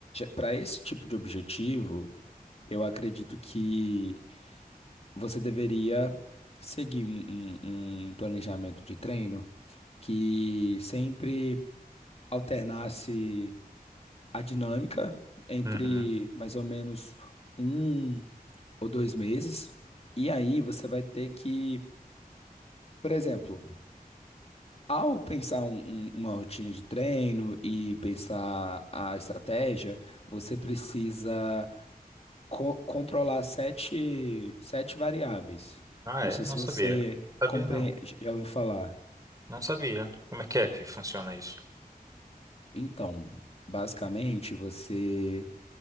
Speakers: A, on the left; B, on the right.
A: para esse tipo de objetivo, eu acredito que você deveria seguir um, um- um planejamento de treino que sempre alternasse a dinâmica entre
B: Uhum.
A: mais ou menos um ou dois meses, e aí você vai ter que, por exemplo, Ao pensar um- um- uma rotina de treino e pensar a estratégia, você precisa co- controlar sete, sete variáveis.
B: Ah,
A: Não
B: é?
A: sei
B: Não
A: se
B: sabia.
A: você
B: Sabia
A: compre...
B: não.
A: já ouviu falar.
B: Não sabia. Como é que é que funciona isso?
A: Então, basicamente, você